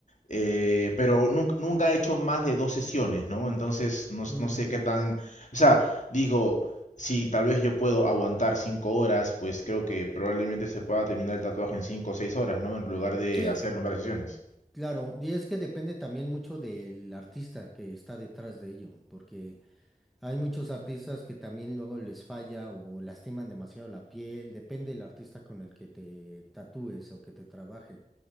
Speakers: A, on the left (about 55°); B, in the centre.
A: Eh, pero nun- nunca he hecho más de dos sesiones, ¿no? Entonces no, s-
B: ujú.
A: no sé qué tan... O sea, digo, si tal vez yo puedo aguantar cinco horas, pues creo que probablemente se pueda terminar el tatuaje en cinco o seis horas, ¿no? En lugar de
B: Sí, eh,
A: hacerlo en varias sesiones.
B: claro. Y es que depende también mucho del artista que está detrás de ello, porque Hay muchos artistas que también luego les falla o lastiman demasiado la piel, depende del artista con el que te tatúes o que te trabaje,